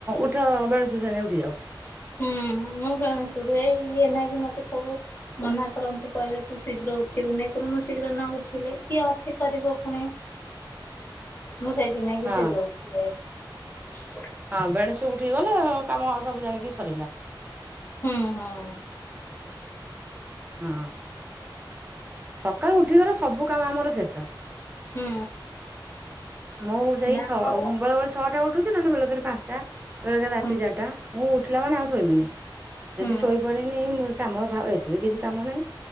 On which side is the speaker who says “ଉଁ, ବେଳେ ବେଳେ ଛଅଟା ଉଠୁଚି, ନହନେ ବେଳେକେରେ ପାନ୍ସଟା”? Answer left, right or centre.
Right